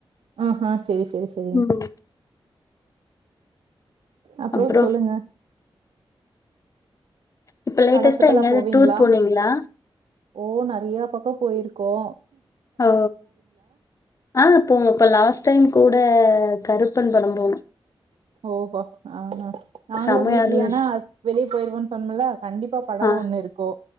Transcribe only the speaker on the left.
ம்
அப்புறம்
இப்ப லேட்டஸ்ட்டா
எங்கேயாவது
டூர் போனீங்ளா
ஓ ஆ போங்கப்ப ல அவ டைம் கூட கருப்பன் படோ போனோ
செமையா
இருந்துச்சு
ஆ